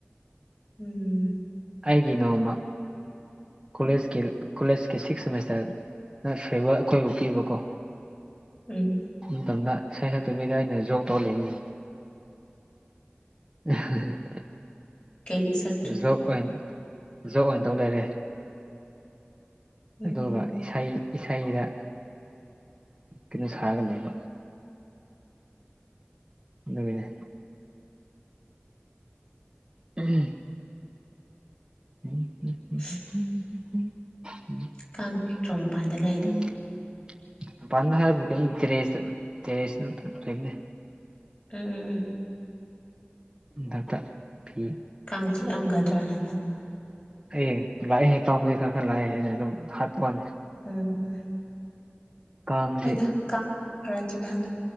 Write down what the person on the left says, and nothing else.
ꯎꯝ
ꯎꯝ
ꯀꯩꯒꯤ ꯆꯥ
ꯎꯝ
<inaudible> <unintelligible>
ꯀꯥꯡ ꯆꯤꯛꯇ꯭ꯔꯣ ꯃꯄꯥꯟꯗ ꯂꯩꯔꯤꯗꯣ
ꯎꯝꯎꯝ ꯎꯝ
ꯀꯥꯡ ꯆꯤꯛꯑꯝꯒꯗ꯭ꯔꯥꯅ ꯈꯟꯕ
ꯎꯝ
ꯍꯣꯏꯗꯥ ꯀꯥꯡ ꯈꯔ ꯆꯤꯛꯍꯜꯂꯣ